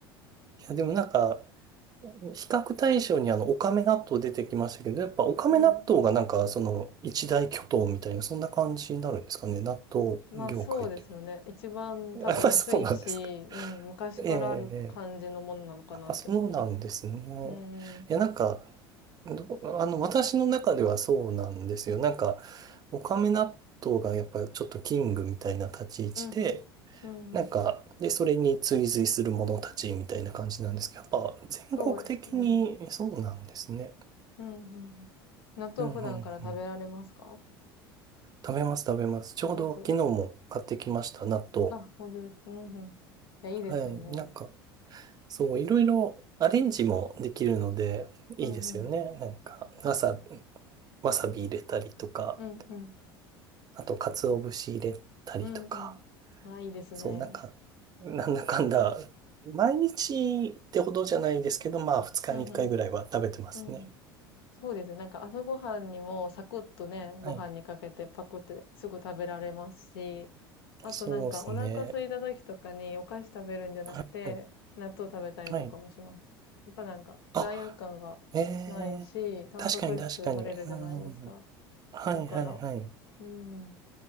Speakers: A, on the right; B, on the left.
A: いや、でもなんか、比較対象にあの、オカメ納豆出てきましたけど、やっぱオカメ納豆がなんか、
B: うん。
A: その、一大巨頭みたいな、そんな感じになるんですかね。納豆業界っていう
B: まあそうですよね。一番多分安いし、
A: のは。やっぱりそうなんですか。
B: うん、昔からある感じのものなのかなって思います。
A: ええ、ええやっぱそうなんですね。
B: うん、うん、
A: いや、なんか、どあの、私の中ではそうなんですよ。なんか、オカメ納豆がやっぱりちょっとキングみたいな立ち位置で、
B: うん、うん、うん。
A: なんか、で、それに追随する者たちみたいな感じなんですけど、やっぱ全国的にそうなんですね。
B: そうですよね。うん、うん。納豆普段から食べられますか
A: うんうんうん。食べます食べます。ちょうど昨日も買ってきました、
B: 食べます
A: 納豆。
B: あ、ほんですか。うんうん。いや、
A: はい。
B: いいですよね。
A: なんか、そう、いろいろアレンジもできるので、いいですよね。
B: うんうん。
A: なんか、わさ、わさび入れたりとか、
B: うんうん。
A: あと、鰹節入れたりとか、
B: うんうん。あ、いいですね。
A: そう、なんか、なんだかんだ、毎日ってほどじゃないですけど、まあ、2日に1回ぐらいは食べてますね。
B: うんうん。うんうん。そうですよ。なんか朝ごはんにもサクッとね、
A: はい。
B: ご飯にかけてパクってすぐ食べられますし、あとなんかお腹空いた時とかにお菓子食べるんじゃなくて、
A: そうですね。はい。
B: 納豆食べたりとかもします。
A: はい。
B: やっぱなんか罪悪感がないし、
A: あ、ええ確かに確かに。
B: タンパク質取れるじゃないですか。
A: うん。はいはいはい。
B: だから、うん、